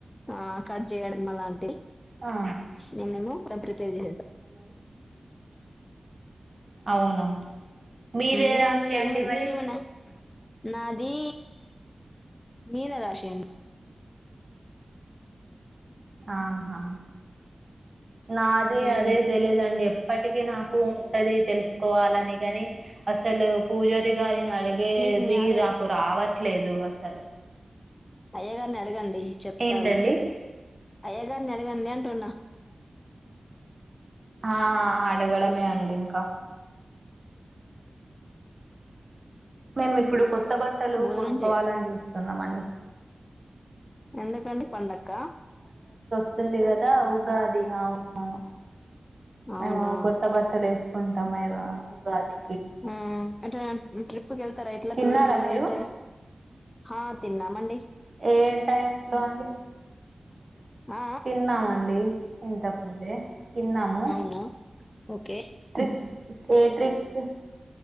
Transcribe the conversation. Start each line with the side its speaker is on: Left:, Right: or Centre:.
Left: ఆ కట్ చేయడం అలాంటి
Right: ఆ
Left: నేనేమో ప్రిపేర్ చేస్తాను
Right: అవునా మీదే
Left: మీరు
Right: రాశి
Left: మీరు
Right: అండి మరి
Left: మీరు ఏమన్నా నాది మీనరాశి అండి
Right: ఆహా నాది
Left: ఉమ్
Right: అదే తెలిదండి ఎ ఇప్పటికి నాకు ఉంటది తెలుసుకోవాలని కాని అసలు పూజారి గారిని అడిగేది
Left: మీకు మ్యాద
Right: నాకు రావట్లేదు అసలు
Left: అయ్య గారిని అడగండి చెప్తారు
Right: ఏంటండి
Left: అయ్యగారిని అడగండి అంటున్న
Right: ఆ అడగడమే అండి ఇంకా మేము ఇప్పుడు కొత్త బట్టలు
Left: భోజనం
Right: కొనుక్కవాలని
Left: చే
Right: చూస్తున్నాం అండి
Left: ఎందుకండి పండక్క
Right: వంది కదా ఉగాది అవువును
Left: అవునా
Right: మేము కొత్త బట్టలు వేసుకు కొంటమైవా ఉగాది
Left: ఆ అ ట్రిప్ కళ్తారా ఇట్లా
Right: తిన్నారా
Left: పిక్నిక్లాయితే
Right: మీరు
Left: హా తిన్నా మండి
Right: ఏ టైమ్స్ లో అండి
Left: ఆ
Right: తిన్నామండి ఇంతకుముందే తిన్నాము
Left: ఆ అవునా ఓకే
Right: ట్రిప్స్ ఏ ట్రిప్స్